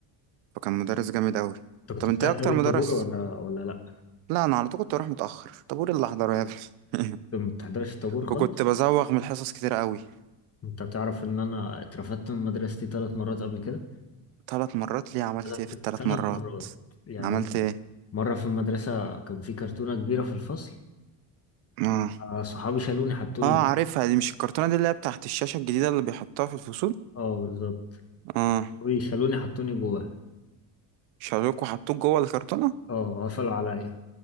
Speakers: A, on the right (about 80°); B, on the left (about 30°).
A: فكان مدرس جامد أوي
B: انت كنت
A: طب أنت
B: بتحضر
A: إيه أكتر
B: الطابور
A: مدرس
B: ولا ولا لا
A: لا انا على طول كنت اروح متاخر طابور اللي احضره يا ابني
B: انت
A: <laughs>
B: ما بتحضرش الطابور خالص
A: وكنت بزوغ من الحصص كتير قوي
B: انت تعرف ان انا اترفدت من مدرستي ثلاث مرات قبل كده
A: ثلاث مرات ليه عملت
B: ثلاث
A: ايه في الثلاث
B: ثلاث
A: مرات
B: مرات يعني
A: عملت ايه
B: مرة في المدرسة كان في كرتونة كبيرة في الفصل
A: اه
B: آه، صحابي شالوني حطوني
A: اه عارفها دي مش الكرتونه دي اللي هي بتاعت الشاشه الجديده اللي بيحطوها في الفصول
B: اه بالظبط
A: اه
B: ويخلوني حطوني جواه
A: شالوك وحطوك جوه الكرتونه
B: اه قفلوا عليا